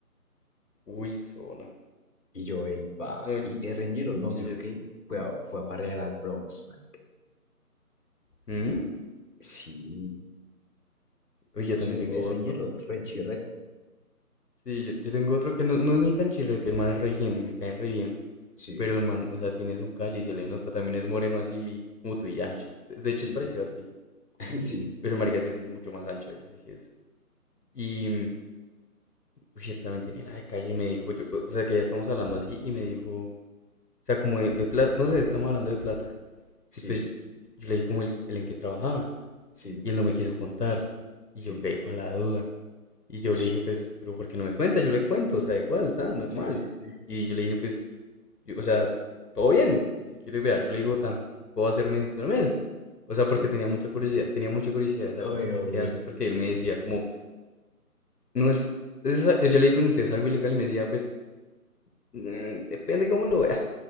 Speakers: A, on the left; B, on the left.
A: Uy, zona.
B: Y yo, ey, paz.
A: No, el
B: Y el reñero nos
A: que
B: dijo
A: yo...
B: que fue a, fue a farrear al Bronx, man.
A: ¿Mm?
B: Sí,
A: Uy, yo
B: y
A: también tengo
B: el, el
A: otro.
B: reñero, rechirrete.
A: Sí, yo, yo tengo otro que no, no es ni tan chirrete, el man es re bien y me cae re bien.
B: Sí,
A: Pero el man, o sea, tiene su calle y se le nota. También es moreno así como tú y ancho. De hecho,
B: sí,
A: es parecido
B: sí,
A: a ti.
B: <laughs> sí.
A: Pero el marica sí es mucho más ancho, él sí, sí es. Y, mm, uy, él también tiene la de calle y me dijo, yo, o sea, que ya estamos hablando así y me dijo, o sea, como de, plata, no sé, estamos hablando de plata.
B: うん。sí,
A: Y pues yo le dije como el, el en que trabajaba
B: sí,
A: y él no me quiso contar.
B: sí.
A: Y yo quedé
B: sí.
A: con la duda. Y yo
B: Ush,
A: le dije, pues, pero ¿por qué no me cuenta? Yo le cuento, o sea, igual, tan normal.
B: Sí, sí, sí.
A: Y yo le dije, pues, yo- o sea, todo bien. Si quiere, vea, yo le digo, tan, puedo hacerme esto en el mes. O sea, porque
B: sí.
A: tenía mucha curiosidad, tenía mucha curiosidad de saber
B: Obvio,
A: cu- qué, qué
B: obvio.
A: hace, porque él me decía, como, no es, es a- yo le pregunté, ¿es algo ilegal? Y me decía, pues, mm, depende cómo lo vea.